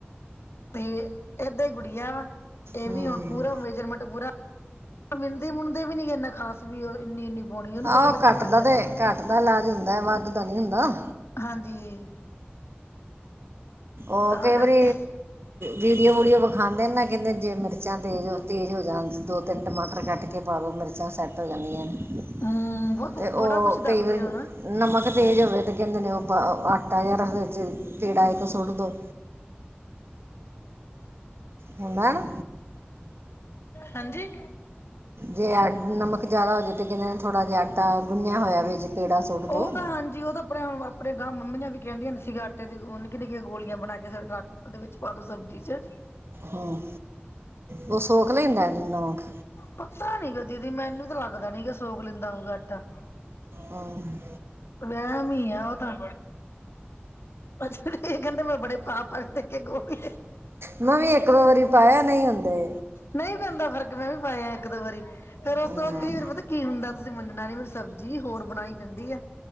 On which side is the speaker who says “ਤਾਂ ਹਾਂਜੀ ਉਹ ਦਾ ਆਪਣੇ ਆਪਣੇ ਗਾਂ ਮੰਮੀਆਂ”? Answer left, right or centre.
Left